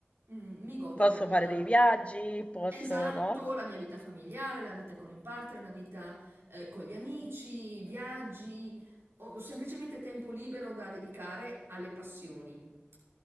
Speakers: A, on the right; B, on the left.
A: mm, mi godo
B: Posso
A: la mia...
B: fare dei viaggi, posso,
A: Esatto,
B: no?
A: la mia vita familiare, la vita con il partner, la vita eh, con gli amici, viaggi, o semplicemente tempo libero da dedicare alle passioni.